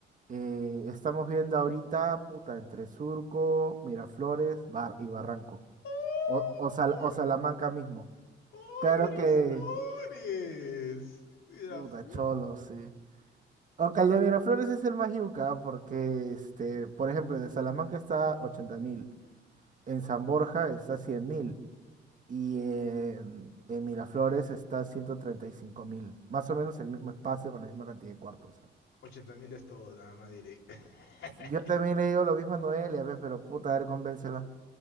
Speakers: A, on the right; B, on the left.
A: Eh, estamos viendo ahorita, puta, entre Surco, Miraflores, Bar y Barranco.
B: <laughs>
A: O, o, Sal- o Salamanca mismo.
B: ¡Oh,
A: Claro que,
B: Miraflores! Miraflores.
A: puta, cholo, sí. Aunque el de Miraflores es el más yuca, porque, este, por ejemplo, el de Salamanca está ochenta mil En San Borja está cien mil y en, en Miraflores está ciento treinta y cinco mil, Más o menos el mismo espacio con la misma cantidad de cuartos.
B: Ochenta mil es todo, nada más diré. <laughs>
A: Yo también le digo lo mismo a Noelia, pe, pero puta, a ver, convéncela.